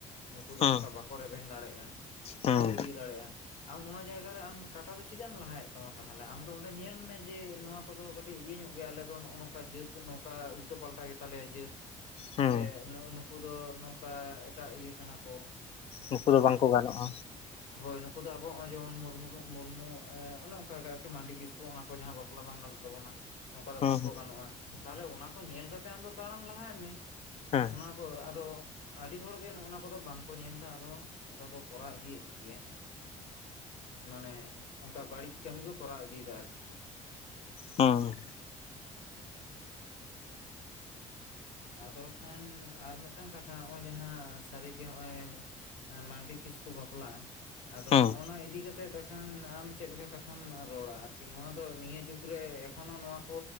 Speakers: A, on the left; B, on the left.
A: ᱱᱩᱠᱩ ᱫᱚ
B: ᱦᱩᱸ
A: ᱚᱝᱠᱟ ᱵᱟᱠᱚ ᱨᱮᱵᱮᱱ ᱫᱟᱲᱮᱭᱟᱜᱼᱟ
B: ᱦᱩᱸ
A: ᱵᱟᱠᱚ ᱤᱭᱟᱹ ᱫᱟᱲᱮᱭᱟᱜᱼᱟ, ᱟᱢ ᱚᱱᱟ ᱡᱟᱭᱜᱟ ᱨᱮ ᱟᱢ ᱠᱟᱴᱟ ᱫᱚ ᱪᱮᱫᱟᱜ ᱮᱢ ᱞᱟᱦᱟᱭᱮᱫ ᱛᱟᱢᱟ ᱛᱟᱦᱚᱞᱮ ᱟᱢ ᱫᱚ ᱚᱸᱰᱮ ᱧᱮᱞ ᱢᱮ ᱡᱮ ᱱᱚᱣᱟ ᱠᱚᱫᱚ ᱠᱟᱹᱴᱤᱡ ᱤᱭᱟᱹ ᱧᱚᱜ ᱜᱮᱭᱟ ᱟᱞᱮ ᱫᱚ ᱱᱚᱜᱼᱚ ᱱᱚᱝᱠᱟ ᱡᱟᱹᱛ ᱱᱚᱝᱠᱟ ᱩᱞᱴᱟᱹ ᱯᱟᱞᱴᱟ ᱜᱮ ᱛᱟᱞᱮᱭᱟ ᱡᱟᱹᱛ
B: ᱦᱩᱸ
A: ᱥᱮ ᱱᱩ ᱱᱩᱠᱩ ᱫᱚ ᱱᱚᱝᱠᱟ ᱮᱴᱟᱜ ᱤᱭᱟᱹ ᱠᱟᱱᱟ ᱠᱚ,
B: ᱱᱩᱠᱩ ᱫᱚ ᱵᱟᱝᱠᱚ ᱜᱟᱱᱚᱜᱼᱟ᱾
A: ᱦᱳᱭ ᱱᱩᱠᱩ ᱫᱚ ᱟᱵᱚ ᱱᱚᱸᱜᱼᱚᱭ ᱡᱮᱢᱚᱱ ᱢᱩᱨᱢᱩ ᱢᱩᱨᱢᱩ ᱚᱱᱮ ᱚᱱᱠᱟᱜ ᱜᱮ ᱟᱨᱠᱤ ᱢᱟᱱᱰᱤ ᱠᱤᱥᱠᱩ ᱚᱱᱟ ᱠᱚ ᱡᱟᱦᱟᱸ ᱵᱟ ᱯᱞᱟ ᱵᱟᱝ ᱜᱟᱱᱚᱜ ᱛᱟᱵᱚᱱᱟ, ᱱᱚᱱᱠᱟ ᱫᱚ
B: ᱦᱩᱸ
A: ᱵᱟᱝᱠᱚ ᱜᱟᱱᱚᱜᱼᱟ, ᱛᱟᱦᱚᱞᱮ ᱚᱱᱟ ᱠᱚ ᱧᱮᱞ ᱠᱟᱛᱮ ᱟᱢ ᱫᱚ ᱛᱟᱲᱟᱢ ᱞᱟᱦᱟᱭ ᱢᱮ
B: ᱦᱮᱸ
A: ᱚᱱᱟ ᱟᱫᱚ ᱟᱹᱰᱤ ᱦᱚᱲ ᱜᱮ ᱱᱚᱸᱜᱼᱱᱚᱣᱟ ᱠᱚᱫᱚ ᱵᱟᱝ ᱠᱚ ᱧᱮᱞ ᱮᱫᱟ ᱟᱫᱚ ᱚᱱᱠᱟ ᱠᱚ ᱠᱚᱨᱟᱣ ᱤᱫᱤᱭᱮᱫ ᱜᱮᱭᱟ ᱢᱟᱱᱮ ᱚᱱᱠᱟ ᱵᱟᱹᱲᱤᱡ ᱠᱟᱹᱢᱤ ᱠᱚ ᱠᱚᱨᱟᱣ ᱤᱫᱤᱭᱮᱫᱟ ᱟᱨᱠᱤ᱾
B: ᱦᱩᱸ᱾
A: ᱟᱫᱚ ᱠᱷᱟᱱ ᱟᱨ ᱢᱤᱫᱴᱟᱝ ᱠᱟᱛᱷᱟ ᱱᱚᱸᱜᱼᱚᱭ ᱡᱟᱦᱟᱸ ᱥᱟᱹᱨᱤᱜᱮ ᱱᱚᱸᱜᱼᱚᱭ ᱮᱸ ᱢᱟᱱᱰᱤ ᱠᱤᱥᱠᱩ ᱵᱟᱯᱞᱟ ᱟᱫᱚ
B: ᱦᱩᱸ
A: ᱦᱚᱸᱜᱼᱱᱟ ᱤᱫᱤ ᱠᱟᱛᱮᱫ ᱮᱠᱷᱟᱱ ᱟᱢ ᱪᱮᱫ ᱞᱮᱠᱟ ᱠᱟᱛᱷᱟᱢ ᱨᱚᱲᱟ ᱟᱨᱠᱤ ᱱᱚᱣᱟ ᱫᱚ ᱱᱤᱭᱟᱹ ᱡᱩᱜᱽ ᱨᱮ ᱮᱠᱷᱚᱱᱚ ᱱᱚᱣᱟ ᱠᱚ